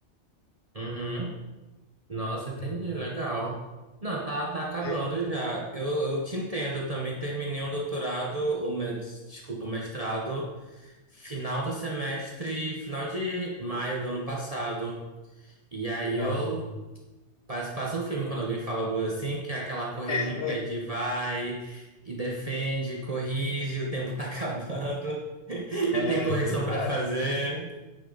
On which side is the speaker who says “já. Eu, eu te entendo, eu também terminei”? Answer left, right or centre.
Right